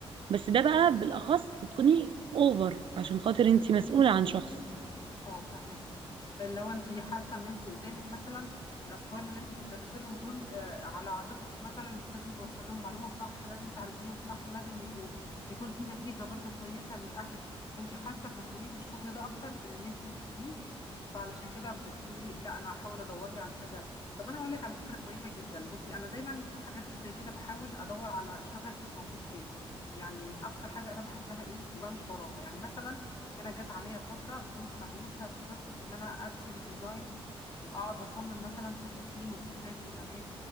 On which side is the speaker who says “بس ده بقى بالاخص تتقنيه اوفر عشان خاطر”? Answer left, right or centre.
Right